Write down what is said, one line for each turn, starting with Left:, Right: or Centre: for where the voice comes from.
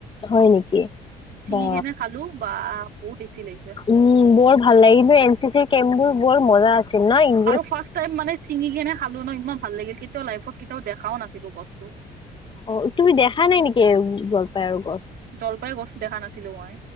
Left: হয় নেকি?
Right: ছিঙি
Left: বা
Right: কেনে খালো বা বহুত টেষ্টি লাগিছে।
Left: উম, বৰ ভাল লাগিলে। এন চি চিৰ কেম্প বোৰ বৰ মজা আ। <unintelligible>
Right: আৰু ফাৰ্ষ্ট টাইম মানে ছিঙি কেনে খালো ন। ইমান ভাল লাগিল কেতিয়াও লাইফত কেতিয়াও দেখাও নাছিলো গছটো।
Left: অ, তুমি দেখা নাই নেকি জলপাইৰ গছ?
Right: জলপাই গছ দেখা নাছিলো মই।